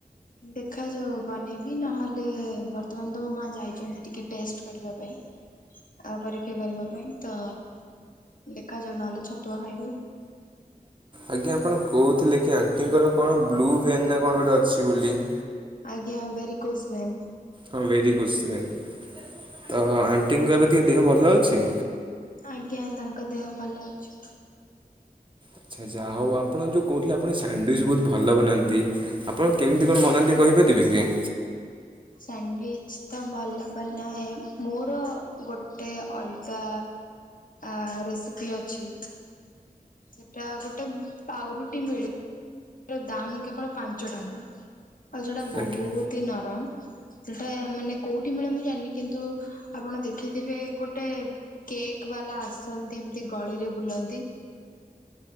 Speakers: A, on the left; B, on the right.
A: ଦେଖାଯାଉ ବନେଇବି ନହେଲେ ବର୍ତ୍ତମାନ ତ ମୋ ମା ଯାଇଛନ୍ତି ଟିକେ ଟେଷ୍ଟ କରିବା ପାଇଁ। ଆ ପରେ କିଏ କରିବ ପାଇଁ ତ ଦେଖାଯାଉ ନହେଲେ ଛତୁଆ ଖାଇବି ଆଉ।
B: ଆଜ୍ଞା ଆପଣ କହୁଥିଲେ କି ଆଣ୍ଟିଙ୍କର କଣ ବ୍ଲୁ ଭେନ୍ ନାଁ କଣ ଗୋଟେ ଅଛି ବୋଲି। <inaudible>
A: ଆଜ୍ଞା ଭେରି କୋସଁ ଭେନ୍।
B: ହଁ ଭେରି କୋସ୍ ଭେନ ତ ଆଣ୍ଟିଙ୍କ ଏବେ ଟିକେ ଦେହ ଭଲ ଅଛି।
A: ଆଜ୍ଞା ତାଙ୍କ ଦେହ ଭଲ ଅଛି।
B: ଆଚ୍ଛା ଆଚ୍ଛା ଆଉ ଆପଣ ଯୋଉଁ କହୁଥିଲେ ଆପଣ ସାଣ୍ଡୁୱେଜ ବହୁତ ଭଲ ବନାନ୍ତି। ଆପଣ କେମିତି କଣ ବନାନ୍ତି କହିପାରିବେ କି?
A: ସାଣ୍ଡୁ୍ୱେଜ ତ ଭଲ ବନାଏ ମୋର ଗୋଟେ ଅଲଗା ଆ ରେସିପି ଅଛି ସେଟା ଗୋଟେ ପାଉଁରୁଟି ମିଳେ। ର ଦାମ କେବଳ ପାଞ୍ଚ ଟଙ୍କା ଆଉ ଯଉଁଟା ବହୁତୀ
B: ଆଜ୍ଞା
A: ନରମ। ସେଟା ମାନେ କୋଉଁଠି ମିଳେ ମୁଁ ଜାଣିନି କିନ୍ତୁ ଆପଣ ଦେଖିଥିବେ ଗୋଟେ କେକ୍ ବାଲା ଆସନ୍ତି ଏମିତି ଗଳିରେ ବୁଲନ୍ତି।